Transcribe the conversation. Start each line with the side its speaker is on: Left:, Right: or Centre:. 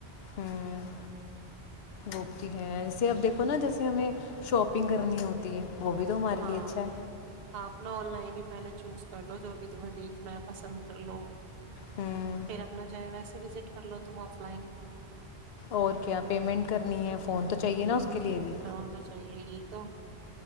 Left: ہوں گوپتی ہے جے اب دیکھو نا جیسے ہمیں شاپنگ کرنی ہوتی ہے وہ بھی تو ہمارے
Right: ہاں
Left: لیے اچھا ہے
Right: آ اپنا آن لائن ہی پہلے چوز کر لو جو بھی تمہیں دیکھنا ہے پسند کر لو
Left: ہوں
Right: پھر اپنا چاہے ویسے وزٹ کر لو تم آف لائن
Left: اور کیا پیمنٹ کرنی ہے فون تو چاہیے نا
Right: ہاں
Left: اس کے لیے بھی
Right: فون تو چاہیے یہی تو